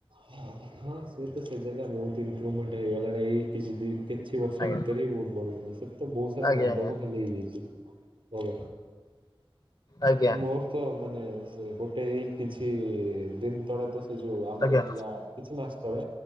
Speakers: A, on the right; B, on the left.
A: ହଁ ହଁ ସିଏ ତ ସେ ଜାଗା ବହୁତ ଇମ୍ପୃଭମେଣ୍ଟ ହେଇଗଲାଣି ଏଇ କି ଦି କିଛି ବର୍ଷ
B: ଆଜ୍ଞା।
A: ଭିତରେ ହିଁ ବହୁତ ବଢିଗଲା। ସେତ ତ ବହୁତ ସାରା
B: ଆଜ୍ଞା
A: ମଣ୍ଡପ
B: ଆଜ୍ଞା
A: ଖାଲି ହେଇଯାଇଛି। ଭଗବାନ
B: ଆଜ୍ଞା
A: ମୋର ତ ତ ମାନେ ସେ ଗୋଟେ ଏଇ କିଛି ଦିନ ତଳେ ତ ସେ ଯେଉ ଆମର
B: ଆଜ୍ଞା
A: ଥିଲା କିଛି ମାସ ତଳେ